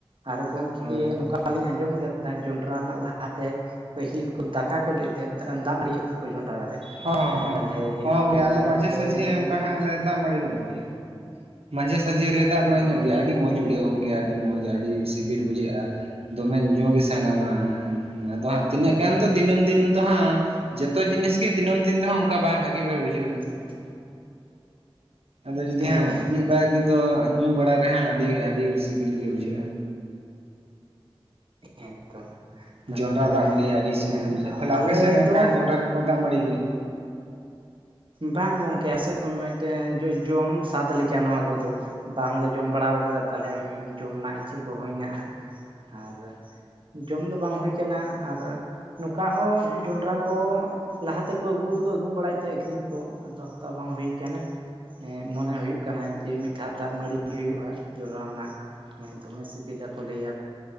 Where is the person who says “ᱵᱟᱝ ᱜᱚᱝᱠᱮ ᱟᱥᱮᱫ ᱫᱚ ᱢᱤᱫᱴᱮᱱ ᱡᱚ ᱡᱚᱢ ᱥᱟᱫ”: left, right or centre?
Right